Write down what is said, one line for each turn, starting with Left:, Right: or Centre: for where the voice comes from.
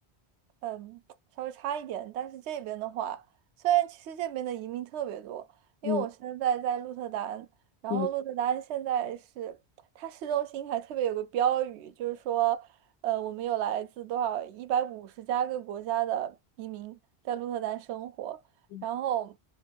Right: 嗯稍微差一点，但是这边的话，虽然其实这边的移民特别多，因为我现在在鹿特丹，
Left: 嗯
Right: 然后鹿特丹现在是它市中心还特别有个标语，
Left: 嗯
Right: 就是说，呃，我们有来自多少一百五十加个国家的移民在鹿特丹生活，
Left: 嗯
Right: 然后